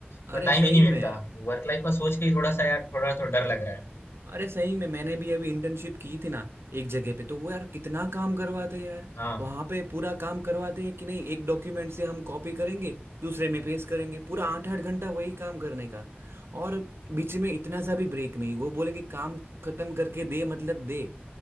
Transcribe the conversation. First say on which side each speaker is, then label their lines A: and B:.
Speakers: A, on the right; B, on the left.
A: अरे
B: तो टाइम
A: सही
B: ही नहीं
A: में
B: मिलता तो वर्क लाइफ का सोच के ही थोड़ा सा यार थोड़ा तो डर लग रहा है
A: अरे सही में मैंने भी अभी इंटर्नशिप की थी ना एक जगह पे तो वो यार कितना काम करवाते हैं यार
B: हाँ
A: वहां पे पूरा काम करवाते हैं कि नहीं एक डॉक्यूमेंट से हम कॉपी करेंगे दूसरे में पेस्ट करेंगे पूरा आठ आठ घंटा वही काम करने का और बीच में इतना सा भी ब्रेक नहीं वो बोलेंगे काम खत्म करके दे मतलब दे